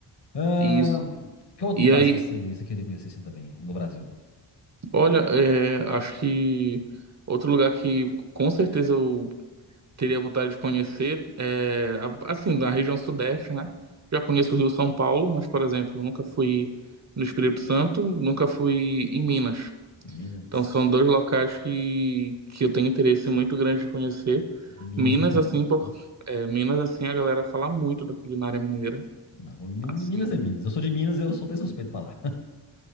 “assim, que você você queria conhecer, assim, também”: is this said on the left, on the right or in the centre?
Left